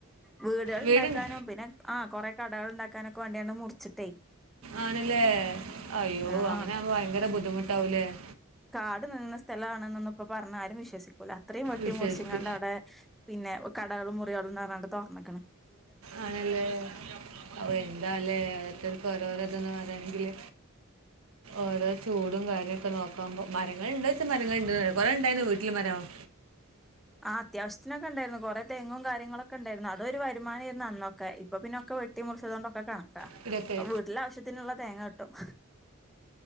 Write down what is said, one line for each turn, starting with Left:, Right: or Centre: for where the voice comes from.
Centre: വീടുകൾ
Right: വീടുണ്ട്
Centre: ഉണ്ടാക്കാനും പിന്നെ ആ കൊറെക്ക <unintelligible> ഉണ്ടാക്കാനൊക്കെ വേണ്ടിയാണ് മുറിച്ചിട്ടേ
Right: ആണല്ലേ അയ്യോ
Centre: ആ
Right: അങ്ങനാവുമ്പോ ഭയങ്കര ബുദ്ധിമു <unintelligible>
Centre: കാട് നിന്ന സ്ഥലം ആണെന്ന് ഒക്കെ ഇപ്പോ പറഞ്ഞ ആരും വിശ്വസിക്കൂല അത്രയും വെട്ടി
Right: വിഷയ്ക്ക്
Centre: മുറിച്ചിങ്ങാണ്ട് അവിടെ പിന്നെ കടകളും മുറികളുംന്ന് പറഞ്ഞാണ്ട് തൊർന്ന്ക്കണ്
Right: ആണല്ലേ അ എന്താല്ലേ ഓരോർത്തർക്ക് ഓരോരോ ഇതൊന്നും എങ്കില് ഓരോ ചൂടും കാര്യക്കെ നോക്കുമ്പോ മരങ്ങൾ ഉണ്ട്ച്ച മരങ്ങൾ ഉണ്ട് കൊറെ ഇണ്ടായിന്ന് വീട്ടില് മരം
Centre: ആ അത്യാവശ്യത്തിനൊക്കെ ഉണ്ടായിരുന്നു കുറെ തെങ്ങും കാര്യങ്ങളൊക്കെ ഉണ്ടായിരുന്നു അതൊരു വരുമാനമായിരുന്നു അന്നൊക്കെ ഇപ്പൊ പിന്നൊക്കെ വെട്ടി മുറിച്ചതുകൊണ്ടൊക്കെ കാണ
Right: ഇവിടെയൊക്കെ
Centre: അപ്പൊ വീട്ടിലെ ആവശ്യത്തിനുള്ള തേങ്ങ കട്ടും